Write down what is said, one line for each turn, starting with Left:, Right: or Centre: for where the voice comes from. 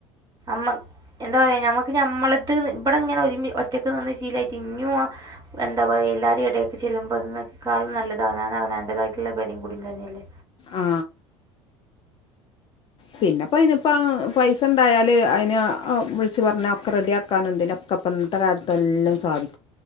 Right: മ്മ എന്താ പറയാ ഞമ്മക്ക് നമ്മളത് ഇവിടെ ഇങ്ങനെ ഒരുമി ഒറ്റക്ക് നിന്ന് ശീലായിട്ട് ഇനും ആ എന്താ പറയാ എല്ലാരും എടേക്ക് ചെല്ലുമ്പോതിനേക്കാളും നല്ലത് അവനവന് അവനന്റേതായിട്ടുള്ള പെരേം കൂടിം തന്നെയല്ലേ
Left: ആ പിന്നെപ്പോ അതിനിപ്പ പൈസ ഉണ്ടായാല് അയിന് വിളിച്ച് പറഞ്ഞാ ഒക്കെ റെഡിയാക്കൻ എന്തിനൊക്കെ അപ്പ ഇന്നത്തെ കാലത്ത് എല്ലാം സാധിക്കു